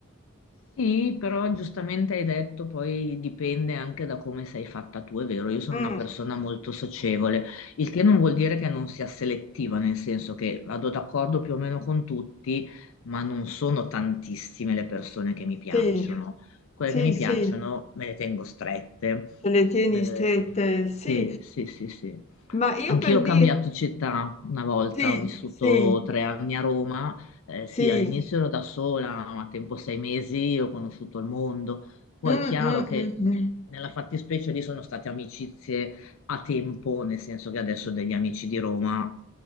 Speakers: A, on the left; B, on the left.
A: Sì, però giustamente hai detto, poi dipende anche da come sei fatta tu, è vero, io sono
B: Mm.
A: una persona molto socievole, il che non vuol dire che non sia selettiva, nel senso che vado d'accordo più o meno con tutti, ma non sono tantissime le persone che mi piacciono.
B: Sì,
A: Quelle
B: sì,
A: che mi
B: sì,
A: piacciono me le tengo strette.
B: te le tieni
A: Eh,
B: strette,
A: sì,
B: sì.
A: sì, sì, sì.
B: Ma io
A: Anch'io
B: per
A: ho
B: dire,
A: cambiato città una volta,
B: sì,
A: ho vissuto
B: sì,
A: tre anni a Roma eh,
B: sì,
A: sì, all'inizio ero da sola, ma a tempo sei mesi ho conosciuto il mondo. Poi
B: mm,
A: è chiaro
B: mm,
A: che
B: mm, mm.
A: nella fattispecie lì sono state amicizie a tempo, nel senso che adesso ho degli amici di Roma.